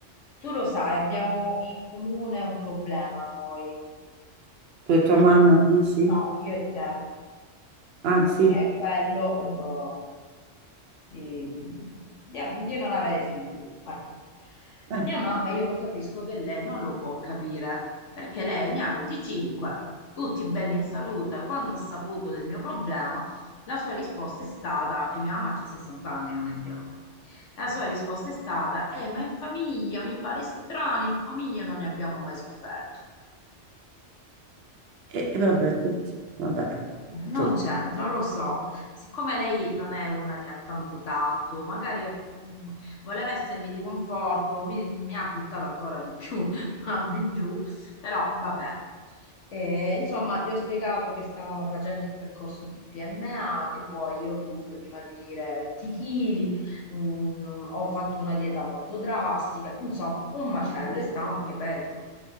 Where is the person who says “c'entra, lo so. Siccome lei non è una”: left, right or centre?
Left